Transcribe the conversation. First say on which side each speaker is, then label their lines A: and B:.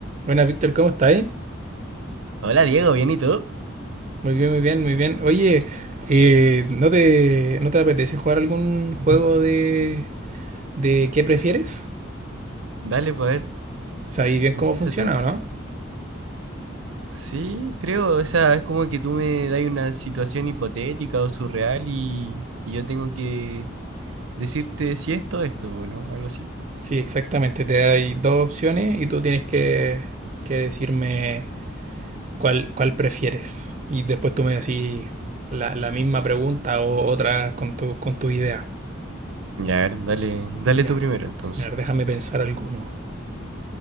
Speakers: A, on the right; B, on the right.
A: Buenas, Víctor, ¿cómo estáis?
B: Hola Diego, ¿bien y tú?
A: Muy bien, muy bien, muy bien. Oye, eh, ¿no te, no te apetece jugar algún juego de, de qué prefieres?
B: Dale, pues a ver,
A: ¿Sabéis bien cómo
B: empieza
A: funciona
B: tú.
A: o no?
B: Sí, creo, o sea, es como que tú me das una situación hipotética o surreal y, y yo tengo que decirte si esto o esto, ¿o ¿no? Algo así.
A: Sí, exactamente. Te hay dos opciones y tú tienes que, que decirme cuál, cuál prefieres. Y después tú me decís la, la misma pregunta o otra con tu, con tu idea.
B: Ya, a ver, dale, dale
A: Ya.
B: tú primero entonces.
A: A ver, déjame pensar alguno.